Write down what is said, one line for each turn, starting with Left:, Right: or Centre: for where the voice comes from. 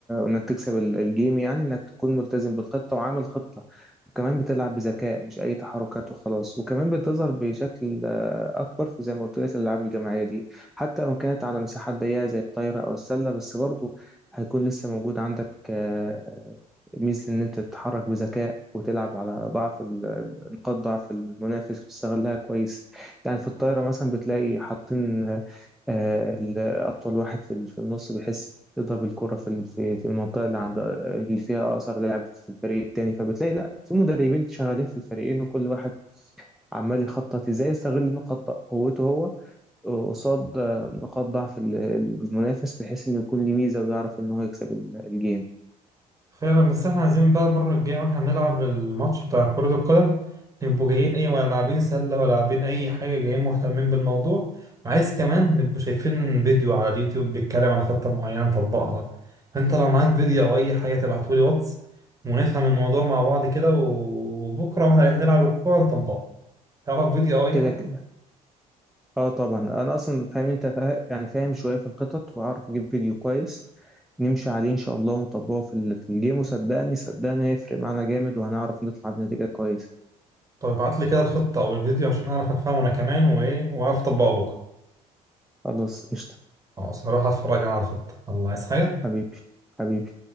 Centre: انك تكسب ال- الجيم يعني انك تكون ملتزم بالخطة وعامل خطة وكمان بتلعب بذكاء مش اي تحركات وخلاص وكمان بتظهر بشكل آه، اكبر في زي ما قلت لك الالعاب الجماعية دي حتى لو كانت على مساحات ضيقة زي الطايرة او السلة بس برضو هيكون لسه موجود عندك آه، ميزة ان انت تتحرك بذكاء وتلعب على ضعف ال- نقاط ضعف المنافس وتستغلها كويس يعني في الطايرة مثلا بتلاقي حاطين آه، ال- أطول واحد في ال- في النص بيحس يضرب الكرة في ال- في في المنطقة اللي عند اللي فيها أقصر لاعب في الفريق التاني فبتلاقي لا في مدربين شغالين في الفريقين وكل واحد عمال يخطط ازاي يستغل نقاط قوته هو قصاد آه، نقاط ضعف ال- المنافس بحيث إنه يكون ليه ميزة ويعرف إن هو يكسب ال- الجيم
Right: فعلا بس احنا عايزين بقى المرة الجاية واحنا بنلعب الماتش بتاع كرة القدم نبقوا جايين ايه ولا لاعبين سلة ولا لاعبين أي حاجة جايين مهتمين بالموضوع وعايز كمان نبقوا شايفين فيديو على اليوتيوب بيتكلم على خطة معينة طبقها فأنت لو معاك فيديو أو أي حاجة تبعتولي واتس ونفهم الموضوع مع بعض كده وبكرة واحنا رايحين نلعب الكورة نطبقها تعرف فيديو أو أي
Centre: كده
Right: حاجة
Centre: كده اه طبعا انا اصلا فاهمني انت فا- يعني فاهم شويه في الخطط واعرف اجيب فيديو كويس نمشي عليه إن شاء الله ونطبقه في ال- في الجيم وصدقني صدقني هيفرق معانا جامد وهنعرف نطلع بنتيجة كويسة
Right: طب ابعت لي كده الخطة أو الفيديو عشان أعرف أفهمه أنا كمان وإيه وأعرف أطبقه بكرة
Centre: خلاص قشطة
Right: خلاص هروح أتفرج أنا على الخطة الله عايز حاجة
Centre: حبيبي حبيبي